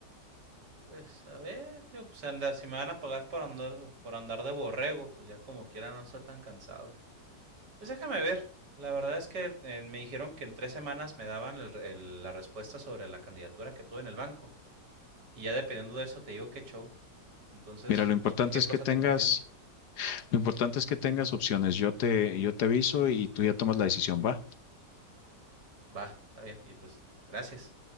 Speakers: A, on the right; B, on the left.
A: Pues a ver, tío, pues anda, si me van a pagar por andar, por andar de borrego, pues ya como quiera no está tan cansado. Pues déjame ver. La verdad es que eh, me dijeron que en tres semanas me daban el el- la respuesta sobre la candidatura que tuve en el banco. Y ya dependiendo de eso te digo qué show. Entonces,
B: Mira, lo importante
A: pues cualquier
B: es
A: cosa
B: que tengas
A: te confirmo.
B: Lo importante es que tengas opciones. Yo te, yo te aviso y tú ya tomas la decisión, ¿va?
A: Va, está bien. Y pues, gracias.